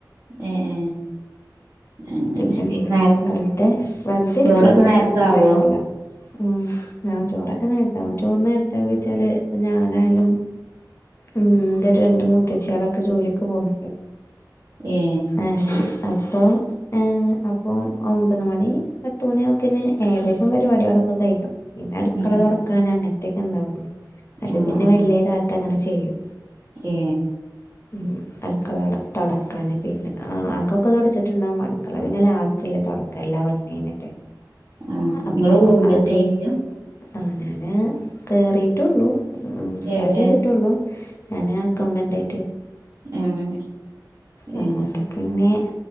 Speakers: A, on the right (about 50°); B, on the left (about 35°).
A: ഏ ഏ അങ്ങനെയൊക്കെ
B: <unintelligible>
A: നേര
B: വെറുതെ വെറുതേടുക്ക്ണ
A: ചോറൊക്കെ
B: മാ
A: നേരത്തെ
B: ഇതായിട്ടല്ല
A: ആവോ
B: ഉം ഞാൻ ചോറൊക്കെ നേരത്താവും ചോറ് നേരത്താവുച്ചാല് ഞാനായാലും ഉം ഇന്റെ രണ്ട് മൂത്തച്ചിയാളൊക്കെ ജോലിക്ക് പോവ്ന്നുണ്ട്
A: ഏ
B: ഏഹ് അപ്പം ഏ അപ്പൊ ഒമ്പത് മണി പത്തുമണിയാകുമ്പത്തേന് ഏകദേശം പരിപാടികളൊക്കെ കഴിയും പിന്നെ അടുക്കള
A: ഉം ഉം
B: തൊടക്കാന് അങ്ങനത്തക്കെ ഇണ്ടാവുള്ളു അത്
A: ആ
B: പിന്നെ
A: ആ
B: വല്ല്യ താത്ത അങ്ങനെ ചെയ്യും
A: ഏ
B: ഉം അടുക്കള തൊടക്കാന് പിന്നെ ആ അകൊക്കെ തൊടച്ചിട്ടുണ്ടാവും അട് ക്കള പിന്നെ ലാസ്റ്റ്ല്ലേ തൊടക്ക എല്ലാ പണി കഴിഞ്ഞിട്ട്
A: ആ
B: അപ്പൊ
A: ഇങ്ങള് പോവ്ണ്ടോ
B: അതും
A: എത്തേങ്കിലും
B: ആ ഞാന് കയറിയിട്ടുള്ളൂ ഉം സ്റ്റാർട്ടെയ്തിട്ടുള്ളൂ
A: എവിടെ
B: ഞാനെ അക്കൗണ്ടന്റായിട്ട്
A: അങ്ങനെ
B: ആ
A: ഏ
B: അപ്പൊ പിന്നെ